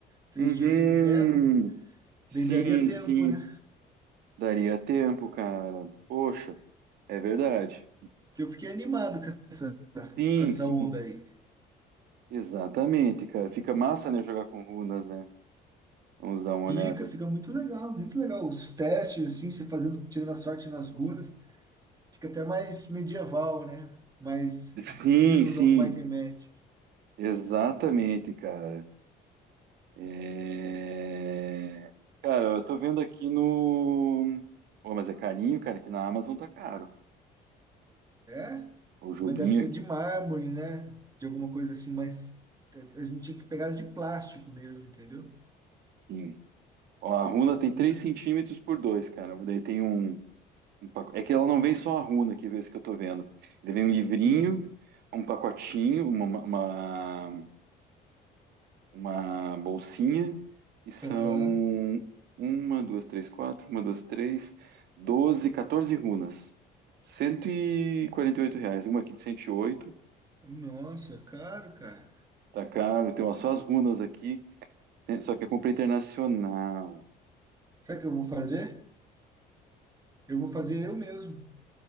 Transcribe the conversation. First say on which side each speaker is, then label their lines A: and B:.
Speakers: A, on the right; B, on the right.
A: três
B: Uhum.
A: dias entregam,
B: Sim,
A: daí daria tempo,
B: sim.
A: né?
B: Daria tempo, cara. Poxa, é verdade.
A: Porque eu fiquei animado com essa,
B: Sim,
A: com essa
B: sim.
A: onda aí.
B: Exatamente, cara. Fica massa, né, jogar com runas, né? Vamos dar uma
A: Fica,
B: olhada.
A: fica muito legal, muito legal. Os testes, assim, você fazendo, tirando a sorte nas runas, fica até mais medieval, né? Mais
B: aqui. Sim,
A: Heroes
B: sim.
A: of Might and Magic.
B: Exatamente, cara. É... Cara, eu tô vendo aqui no. Pô, mas é carinho, cara, que na Amazon tá caro.
A: É?
B: O joguinho
A: Mas deve ser
B: aqui.
A: de mármore, né? De alguma coisa assim, mais. A gente tinha que pegar as de plástico mesmo, entendeu?
B: Sim. Ó, a runa tem
A: Runa.
B: três centímetros por dois cara. Daí tem um. Um paco- É que ela não vem só a runa, que é esse que eu tô vendo. Ele vem um livrinho,
A: Sim.
B: um pacotinho, uma, uma, uma bolsinha, e são
A: Aham.
B: uma, duas, três, quatro, uma, duas, três, doze, 14 runas. 148 reais. Uma aqui de 108,
A: Nossa, caro, cara.
B: tá caro. Tem ó, só as runas aqui, né, só que eu comprei internacional.
A: Sabe o que eu vou fazer? Eu vou fazer eu mesmo.